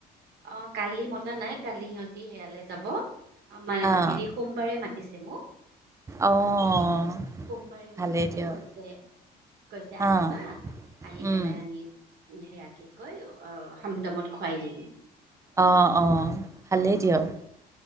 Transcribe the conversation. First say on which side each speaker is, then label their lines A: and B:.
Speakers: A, on the right; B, on the right.
A: অ'কালি মতা নাই। কালি সিহঁত া সেয়ালৈ যাব, আমাৰ
B: অ'
A: হেৰি সোমবাৰে মাতিছে মোক।
B: অ'
A: সোমবাৰে মাতিছে,
B: ভালেই দিয়ক।
A: কৈছে কৈছে আহিবা,
B: অ'
A: আহি
B: উম,
A: পেলাই আমি সেয়া কি কয় অ' হামদামত খোৱাই দিম।
B: অ' অ', ভালেই
A: তেনেকে
B: দিয়ক,
A: কৈছে